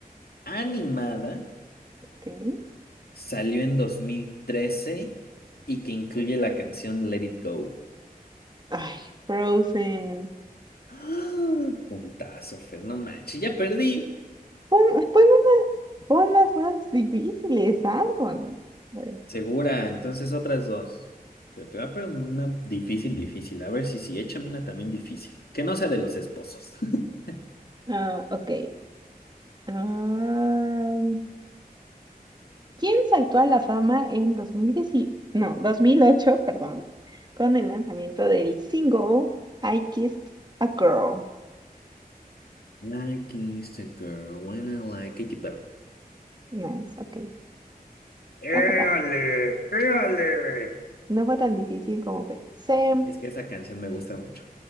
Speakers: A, on the left; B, on the right.
A: animada
B: Ok.
A: salió en 2013 y que incluye la canción Let It Go.
B: Ay, Frozen.
A: ¡Ah! Puntazo, Fer, no manches, ya perdí.
B: Pon, ponme una- pon las más difíciles, algo, ¿no? Hombre.
A: Segura, entonces otras dos. Pero te voy a poner una difícil, difícil. A ver si sí, échame una también difícil. Que no sea de los esposos. <laughs>
B: Ah, ok. Ah, quien saltó a la fama en 2010 y- no, 2008, perdón, con el lanzamiento del single I Kissed a Girl.
A: Like is the girl when I like Katy Perry.
B: Nice, ok.
A: ¡Éale!
B: No fue tan,
A: ¡Éale!
B: no fue tan difícil como pensé.
A: Es que esa canción me gusta mucho.